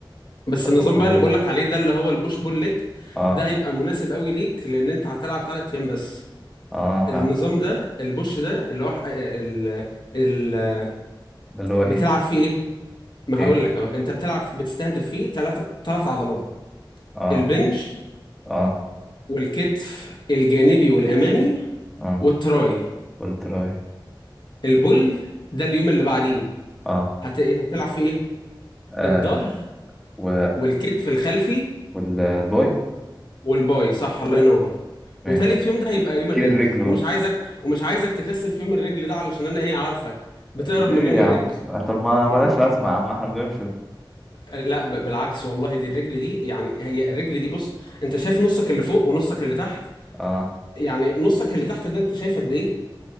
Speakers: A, on the left; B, in the centre.
A: بس
B: طب
A: النظام
B: والله
A: بقى
B: جامد
A: اللي بقول لك عليه ده اللي هو البوش بول ليج
B: اه
A: ده هيبقى مناسب قوي ليك لان انت هتلعب ثلاث ايام بس
B: اه فاهم
A: النظام ده البوش ده اللي هو ح- آه، ال... ال...
B: ده اللي هو ايه
A: بتلعب فيه ايه؟ ما
B: ايه
A: هقول لك اهو انت بتلعب بتستهدف فيه ثلاث ثلاث عضلات
B: اه
A: البنش
B: اه
A: والكتف الجانبي والامامي
B: اه
A: والتراي
B: قلت له ايه
A: البول ده اليوم اللي بعديه
B: اه
A: هت... هتلعب فيه ايه؟
B: آه،
A: الظهر
B: و
A: والكتف الخلفي
B: والبوي
A: و- والباي صح الله ينور
B: ماشي
A: وتالت يوم ده هيبقى يوم الرجل
B: كير رجله
A: ومش
B: بقى
A: عايزك ومش عايزك تكسل في يوم الرجل ده علشان انا ايه عارفك بتهرب
B: ليه
A: من يوم
B: يا
A: الرجل
B: عم آه، طب ما
A: <laughs>
B: ملهاش لازمة يا عم احنا بنمشي
A: لا ب- بالعكس والله دي الرجل دي يعني هي الرجل دي بص انت شايف نصك اللي فوق ونصك اللي تحت
B: اه
A: يعني نصك اللي تحت ده انت شايف قد ايه